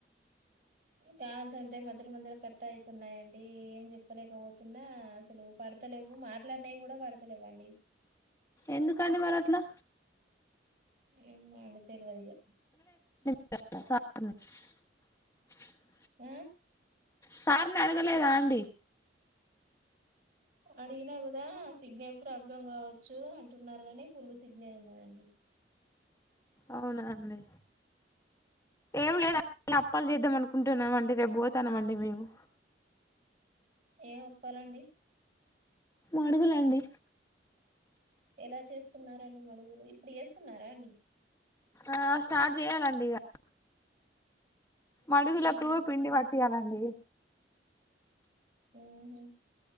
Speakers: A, on the right (about 50°); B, on the left (about 15°).
A: కాల్స్ అంటే మధ్యల మధ్యలో కట్ట అయితున్నాయండి ఏం జెప్పలేకపోతున్నా అసలు పడతలేవు మాట్లాన్నవి కూడా పడతలేవండి
B: ఎందుకండి మరట్లా
A: ఏమ్మో ఆళ్ల తెల్వదిగా
B: <inaudible>
A: హ్మ్
B: సార్ని అడగలేదా అండి
A: అడిగినా కూడా, సిగ్నల్ ప్రాబ్లం కావచ్చు అంటున్నారు కానీ, ఫుల్ సిగ్నల్ ఉన్నదండి.
B: అవునా అండి, ఏం లేద అప్పాలు చేద్దాం అనుకుంటున్నామండి రేపు పోతాన్నామండి మేము
A: ఏ ఒప్పాలండి
B: అడుగులండి
A: ఎలా చేస్తున్నారండి మడుగులు ఇప్పుడు చేస్తున్నారా అండి
B: ఆ స్టార్ట్ చేయాలండి ఇక మడుగులకు
A: ఊహు
B: పిండి
A: ఎలా
B: పట్టియ్యాలండి
A: హ్మ్ హు